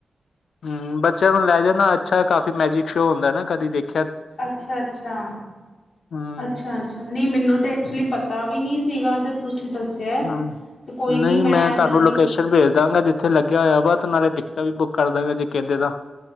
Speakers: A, on the left; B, on the left.
A: ਹੁੰ। ਬੱਚਿਆਂ ਨੂੰ ਲੈ ਜਾ ਨਾ, ਅੱਛਾ ਕਾਫ਼ੀ ਮੈਜਿਕ ਸ਼ੋਅ ਹੁੰਦਾ ਨਾ। ਕਦੀ ਦੇਖ।
B: ਅੱਛਾ - ਅੱਛਾ।
A: ਹੂੰ,
B: ਅੱਛਾ- ਅੱਛਾ। ਨਹੀਂ, ਮੈਨੂੰ ਤੇ ਐਕਚੁਲੀ ਪਤਾ ਵੀ ਨਹੀਂ ਸੀਗਾ ਤੇ। ਤੁਸੀਂ ਦੱਸਿਆ।
A: <unintelligible> ਹਾਂ।
B: ਤੇ ਕੋਈ ਨੀ
A: ਨਹੀਂ ਮੈਂ ਤੁਹਾਨੂੰ
B: ਬਲਕਿ
A: ਲੋਕੇਸ਼ਨ ਭੇਜ ਦਾਂਗਾ ਜਿੱਥੇ ਲੱਗਿਆ ਹੋਇਆ ਵਾ ਤੇ ਨਾਲੇ ਟ ਕਲ ਬੁੱਕ ਕਰ ਦਾਂਗੇ, ਜੇ ਕਹਿੰਦੇ ਤਾਂ।